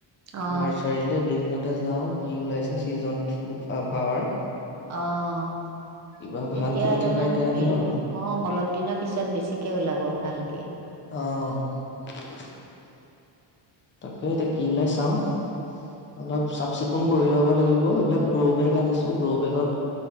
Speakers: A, on the right; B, on the left.
A: অ
B: নাৰ্চাৰিলে এইকেইদিনত। তে যাও কি ওলাইছে চিজন ফ্লাৱাৰ
A: অ'
B: কিবা ভাল
A: এতিয়া
B: ফুলি
A: অলপমান
B: থকা এতিয়া আনিম
A: হেৰি
B: আৰু
A: অ অলপদিনৰ পিছত বেছিকে ওলাব ভালকে।
B: অ <inaudible> তাকে এতিয়া কি ওলায় চাও অলপ চাফ চিকুণ কৰি ল'ব লাগিব এইবিলাক গ্ৰবেগ আনিছো গ্ৰবেগত